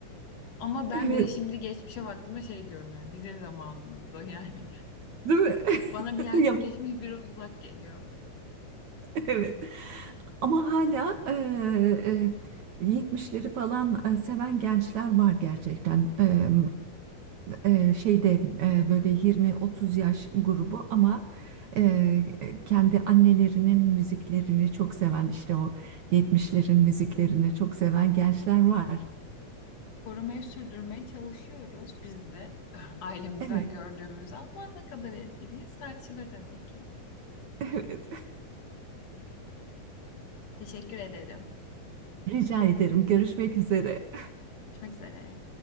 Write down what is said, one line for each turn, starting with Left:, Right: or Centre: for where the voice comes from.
Left: Ama ben
Right: evet,
Left: bile şimdi geçmişe baktığımda şey diyorum yani bizim zamanımızda yani.
Right: değil mi?
Left: <laughs> Bana bile artık
Right: <laughs> Ya
Left: geçmiş biraz uzak geliyor.
Right: <laughs> Evet. Ama hala eee, eee, 70'leri falan eee, seven gençler var gerçekten. Eee, eee, şeyde eee, böyle 20-30 yaş grubu ama eee, kendi annelerinin müziklerini çok seven işte o 70'lerin müziklerini çok seven gençler var.
Left: Korumaya sürdürmeye çalışıyoruz biz de <laughs> ailemizden
Right: Evet,
Left: gördüğümüz ama ne kadar etkiliyiz tartışılır tabii ki.
Right: <laughs> evet.
Left: Teşekkür ederim.
Right: Rica ederim. Görüşmek üzere.
Left: Görüşmek üzere.